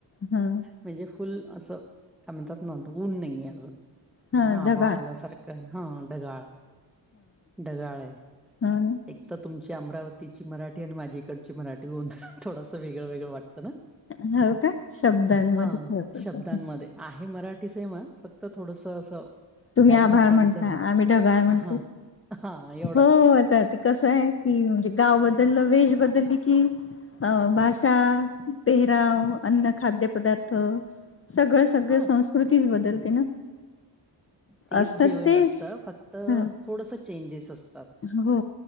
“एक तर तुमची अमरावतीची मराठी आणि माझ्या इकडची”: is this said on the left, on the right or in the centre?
Centre